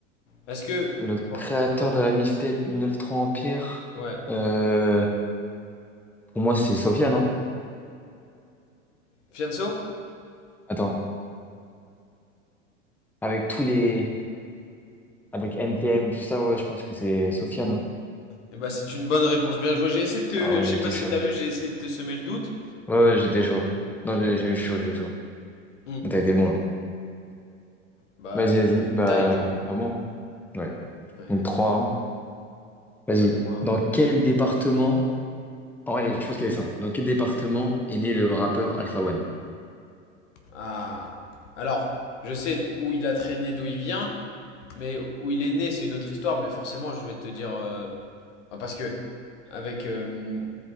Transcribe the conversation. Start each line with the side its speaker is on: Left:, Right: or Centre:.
Left: Est-ce que.
Centre: Le
Left: Moi.
Centre: créateur de la mixtape 9-3 Empire,
Left: Ouais.
Centre: euh, pour moi c'est Sofiane, non?
Left: Fianso
Centre: Attends. Avec tous les. Avec NTM, tout ça, ouais, je pense que c'est Sofiane, non?
Left: Eh ben, c'est une bonne réponse. Bien joué. J'ai essayé de te.
Centre: Ah ouais,
Left: Je
Centre: il
Left: sais
Centre: était
Left: pas si
Centre: chaud.
Left: t'as vu, j'ai essayé de te semer le doute.
Centre: Ouais, ouais, j'étais chaud. Non, j'ai j'ai eu chaud, j'ai eu chaud.
Left: Hmm.
Centre: T'as été bon, là.
Left: Bah,
Centre: Vas-y, vas-y. Bah,
Left: t'as été bon.
Centre: à moi. hein. Ouais.
Left: Ouais.
Centre: Donc, 3 hein. Vas-y.
Left: Ouais, 3-1.
Centre: Dans quel
Left: Ouais.
Centre: département... Oh, allez, je pense qu'elle est simple. Dans quel département est né le rappeur Alpha One?
Left: Ah. Alors, je sais où il a traîné, d'où il vient, mais où il est né, c'est une autre histoire, mais forcément, je vais te dire. euh, bah, parce que. Avec. euh,